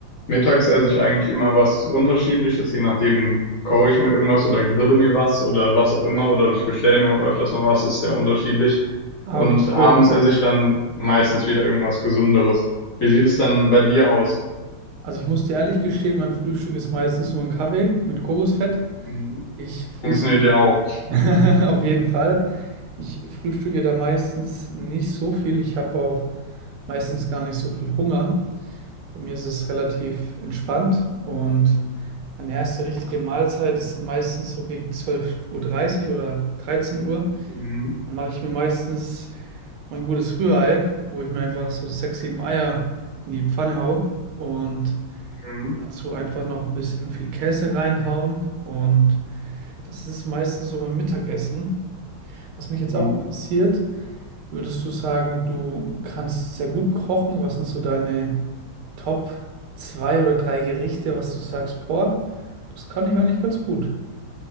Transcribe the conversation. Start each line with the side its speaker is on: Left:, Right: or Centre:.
Left: Mittags esse ich eigentlich immer was Unterschiedliches, je nachdem koche ich mir irgendwas oder grille mir was oder was auch immer oder ich bestelle mir auch öfters mal was, ist sehr unterschiedlich.
Right: Ah,
Left: Und
Right: okay,
Left: abends
Right: cool.
Left: esse ich dann meistens wieder irgendwas Gesünderes. Wie sieht es dann bei dir aus?
Right: Also ich muss dir ehrlich gestehen, mein Frühstück ist meistens nur ein Kaffee mit Kokosfett.
Left: Mhm.
Right: Ich frühstücke
Left: Funktioniert ja auch.
Right: <laughs> Auf jeden Fall. Ich frühstücke da meistens nicht so viel. Ich habe auch meistens gar nicht so viel Hunger. Bei mir ist es relativ entspannt und meine erste richtige Mahlzeit ist dann meistens so gegen zwölf Uhr dreißig oder 13 Uhr.
Left: Mhm.
Right: Dann mache ich mir meistens mein gutes Rührei, wo ich mir einfach so sechs, sieben Eier in die Pfanne hau und
Left: Mhm.
Right: dazu einfach noch ein bisschen viel Käse reinhauen. Und das ist meistens so mein Mittagessen. Was mich jetzt
Left: Mhm.
Right: auch interessiert, Würdest du sagen, du kannst sehr gut kochen? Was sind so deine Top zwei oder drei Gerichte, was du sagst, boah, das kann ich eigentlich ganz gut.